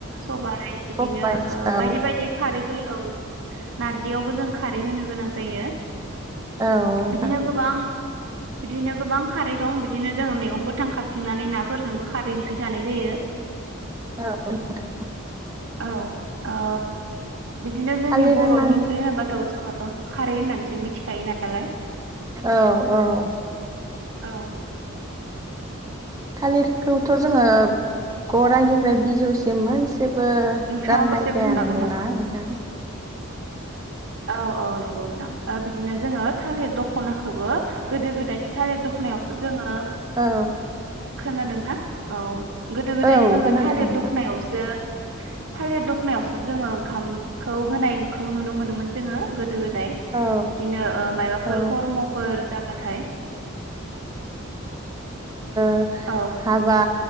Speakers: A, on the right; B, on the right.
A: सबाय बिदिनो
B: सबाय
A: ओ
B: औ
A: बायदि बायदि खारैफोर ओ नार्जियावबो जों खारै होनो गोनां जायो।
B: औ नोंथां।
A: बिदिनो गोबां बिदिनो गोबां खारै दं बिदिनो जोङो मैगं गोथां खाबथिंनानै नाफोरजोंबो खारै ओंख्रि जानाय जायो।
B: औ। <unintelligible>
A: औ ओ। बिदिनो जोंनि
B: थालिर
A: बर'नि
B: होननानै
A: ओंख्रि होनोब्लाथ जोङो खारै होननानैसो मि थिखायो नालाय
B: औ औ
A: औ
B: थालिरखौथ जोङो गरायनिफ्राय बिजौसि म मोनसेबो
A: नोंथाङाबो
B: गारनाय
A: एसे
B: जाया
A: बुंनो
B: नंगौना
A: हागोन नामा?
B: नोंथां?
A: औ औ नंगौ नोंथां ओ बिदिनो जोङो थालिर दख खनाखौबो गोदो गोदाय थालिर दखनायावसो जोङो
B: औ
A: खोनादोंना औ गोदो गोदायथ
B: औ
A: जोङो
B: खोनादों
A: थालिर
B: नोंथां
A: दखनायावसो थालिर दखनायावसो जोङो ओंखामखौ होनायखौ नुनो मोनोमोन। जोंङो गोदो गोद <unintelligible>
B: औ
A: बिदिनो ओ माबाफोर
B: औ
A: खर्मफोर जाबा थाय
B: ओ
A: औ
B: हाबा